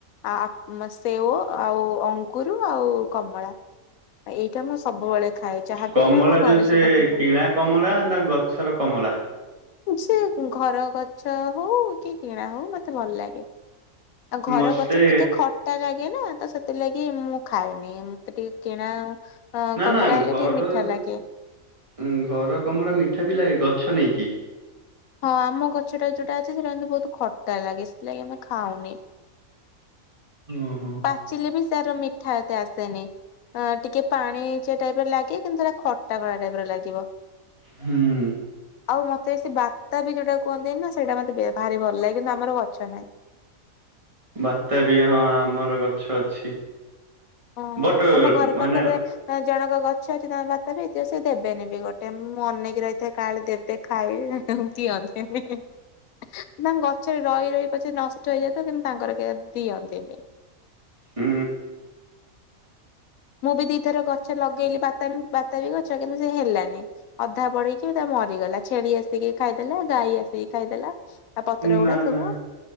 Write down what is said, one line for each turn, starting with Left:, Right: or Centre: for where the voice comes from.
Left: ଆ ଉଁ ସେଓ ଆଉ ଅଙ୍ଗୁର ରୁ ଆଉ କମଳା। ଏଇଟା ମୁଁ ସବୁବେଳେ ଖାଏ ଯାହା ବି
Right: କମଳା
Left: ହେଲେ ଆମ ଘରେ
Right: ଯୋଉ ସେ
Left: ସେଇଟା ଥିବ।
Right: କିଣା କମଳା ନା ଗଛର କମଳା?
Left: ଉଁ ଘର ଗଛ ହଉ କି କିଣା ହଉ ମତେ ଭଲ ଲାଗେ। ଆଉ ଘର
Right: ମତେ
Left: ଗଛ ଟିକେ ଖଟା ଲାଗେ ନା। ତ ସେଥିଲାଗି ମୁଁ ଖାଏନି ମତେ ଟିକେ କିଣା ଅ
Right: ନା
Left: କମଳା
Right: ନା
Left: ହେଲେ
Right: ଘର
Left: ଟିକେ ମିଠା ଲାଗେ।
Right: ଉ ଘର କମଳା ମିଠା ବି ଲାଗେ। ଗ ଛ ନେଇକି।
Left: ହଁ ଆମ ଗଛଟା ଯୋଉଟା ଅଛି ସେଇଟା କିନ୍ତୁ ବହୁତ ଖଟା ଲାଗେ ସେଥିଲାଗି ଆମେ ଖାଉନି।
Right: ଓହୋ।
Left: ପାଚିଲେ ବି ତାର ମିଠା ଏତେ ଆସେନି। ଅ ଟିକେ ପାଣିଚିଆ ଟାଇପର ଲାଗେ କିନ୍ତୁ ସେଇଟା ଖଟା ଖଟା ଟାଇପର ଲାଗିବ।
Right: ହୁଁ
Left: ଆଉ ମତେ ସେ ବାତା ବି ଯୋଉଟା କୁହନ୍ତିନି ନା ସେଇଟା ମତେ ବେ ଭାରି ଭଲ ଲାଗେ କିନ୍ତୁ ଆମର ଗଛ ନାହିଁ।
Right: ବାତା ବି ହଁ ଆମର ଗଛ ଅଛି।
Left: ଓହୋ
Right: ବଟ
Left: ଆମ ଘର
Right: ମାନେ
Left: ପାଖରେ ଅଁ ଜଣଙ୍କ ଗ ଛ ଅଛି ତାଙ୍କର ବାତାପି ହେଇଥିବ ସେ ଦେବେନି ବି ଗୋଟେ ମୁଁ ଅନେଇକି ରହିଥାଏ କାଳେ ଦେ ବେ ଖାଇବି ଦିଅନ୍ତିନି। ତାଙ୍କ ଗଛରେ ରହି ରହି ପଛେ ନଷ୍ଟ ହେଇଯା କିନ୍ତୁ ତାଙ୍କର କେ ଦିଅନ୍ତିନି।
Right: ହୁଁ।
Left: ମୁଁ ବି ଦି ଥର ଗଛ ଲଗେଇଲି ବା ତା ବି ବାତା ବି ଗଛ କିନ୍ତୁ ସେ ହେଲାନି ଅଧା ବଢୀକି ତା ମରିଗଲା ଛେଳି ଆସିକି ଖାଇଦେଲା ଗାଈ ଆସିକି ଖାଇଦେଲା। ତା ପତ୍ର
Right: ନା
Left: ଗୁଡା ସବୁ
Right: ନା